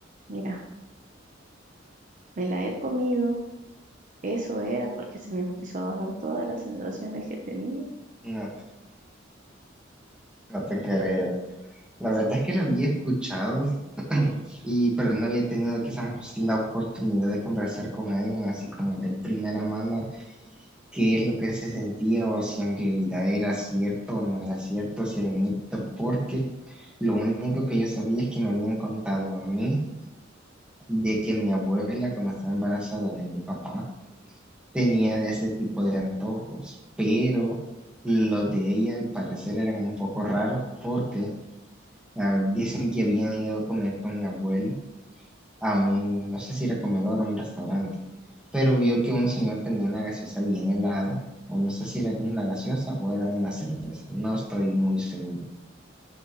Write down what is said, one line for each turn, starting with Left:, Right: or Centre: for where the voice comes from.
Right: Mira, me la he comido Eso era porque se me empezó a bajar todas las sensaciones que tenía.
Centre: No, no te creo. La
Right: Sí.
Centre: verdad es que lo había escuchado, <clears throat> y, pero no había tenido quizás la oportunidad de conversar con alguien así como de primera mano qué es lo que se sentía o si en realidad era cierto o no era cierto, si era un mito, porque lo único que yo sabía es que me habían contado a mí de que mi abuela cuando estaba embarazada de mi papá, tenían ese tipo de antojos, pero los de ella al parecer eran un poco raros porque ah, dicen que habían ido a comer con mi abuelo a un, no sé si era comedor o un restaurante, pero vio que un señor tenía una gaseosa bien helada, o no sé si era una gaseosa o era una cerveza, no estoy muy seguro,